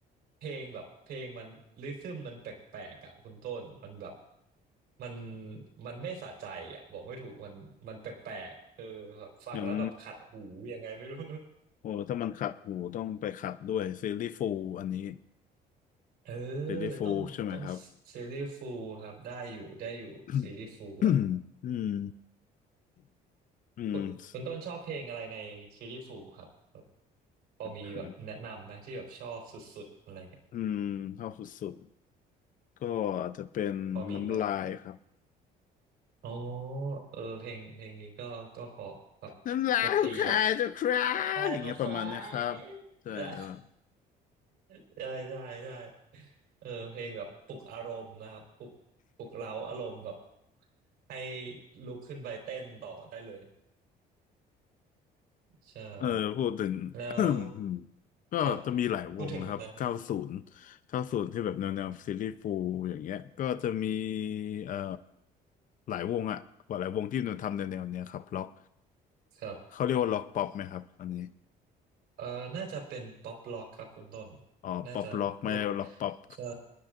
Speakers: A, on the right; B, on the left.
A: เพลงแบบเพลงมันริทึมมันแปลกๆอ่ะคุณต้นมันแบบมันมันไม่สะใจอ่ะบอกไม่ถูกมันมันแปลกๆเออแบบฟังแล้วแบบขัดหูยังไงไม่รู้
B: งั้นโอ้ถ้ามันขัดหูต้องไปขัดด้วยซีรีส์ฟูลอันนี้
A: เออ
B: ซีรีส์ฟูลใช่ไหมครับ
A: ต้องต้องซีรีส์ฟูลครับได้อยู่ได้อยู่ซีรีส์ฟูลอ่ะ
B: <coughs> อืม <coughs>
A: คุณคุณต้นชอบเพลงอะไรในซีรีส์ฟูครับแบบพอมีแบบแนะนำไหมที่แบบชอบสุดๆอะไรเงี้ย
B: อืม อืมชอบสุดๆก็อาจจะเป็นน้ำลายครับ
A: พอมีไหมโอ้เออเพลงเพลงนี้ก็ก็เพอแบบ
B: น้ำลายของใครจะคราอย่างเงี้ยประมาณเนะครับใช่ครับ
A: ดนตรีแบบไอ้บุคายใช่ <laughs> ใช่ใช่ใช่เออเพลงแบบปลุกอารมณ์นะครับปลุกปลุกเร้าอารมณ์แบบให้ลุกขึ้นไปเต้นต่อได้เลย ใช่
B: เออพูดถึง
A: แล้ว
B: <coughs> <clears throat> อืมก็จะมีหลายวงนะครับเก้าศูนย์
A: ครับพูดถึงนะครับ
B: เก้าศูนย์ที่แบบแนวแนวซีรีส์ฟูลอย่างเงี้ยก็จะมีเอ่อหลายวงอะหลายวงที่นนทำแนวแนวเนี้ยครับล็อก
A: ครับ
B: เขาเรียกว่าล็อกป๊อปไหมครับอันนี้
A: เอ่อน่าจะเป็นป๊อปล็อกครับคุณต้น
B: อ๋อป๊อปล็อกไม่ล็อกป๊อป
A: น่าจะพวกใช่